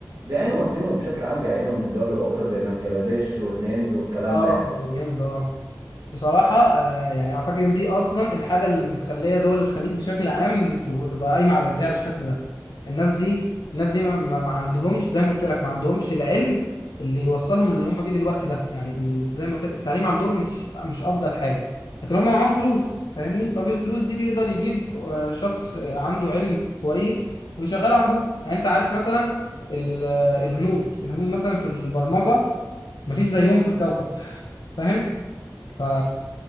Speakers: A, on the right; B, on the left.
A: بيعينوا مصريين وبشكل عام بيعينوا من الدول الاخرى زي بنجلاديش والهند والكلام
B: اه
A: ده يعني
B: الهند اه بصراحة آه، يعني أعتقد إن دي أصلا الحاجة اللي مخلية دول الخليج بشكل عام تب- تبقى قايمة على رجليها بالشكل ده الناس دي الناس دي ما ما- ما عندهمش زي ما قلت لك ما عندهمش العلم اللي يوصلهم اللي هم فيه دلوقتي ده يعني ال- زي ما قلت لك التعليم عندهم مش مش أفضل حاجة لكن هم معاهم فلوس فاهمني فبالفلوس دي بيقدر يجيب آه، شخص آه، عنده علم كويس ويشغله عندهم يعني أنت عارف مثلا ال- آه، الهنود الهنود مثلا في البرمجة مفيش زيهم في الكوكب فاهم ف